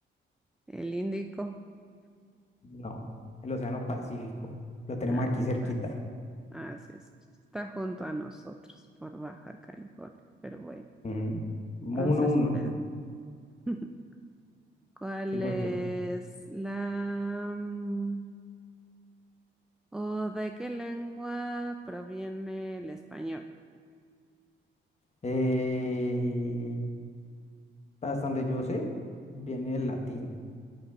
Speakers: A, in the centre; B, on the left.
A: El Índico.
B: No, el océano Pacífico. Lo tenemos
A: Ah,
B: aquí
A: el
B: cerquita.
A: pase. Ah, sí, sí, sí, Está junto a nosotros por Baja California. Pero bueno,
B: Ujú. Vamos
A: entonces
B: uno a uno.
A: perdí. <laughs> ¿Cuál
B: Sigo
A: es
B: yo.
A: la... mm, o de qué lengua proviene el español?
B: Eh, hasta donde yo sé, viene el latín.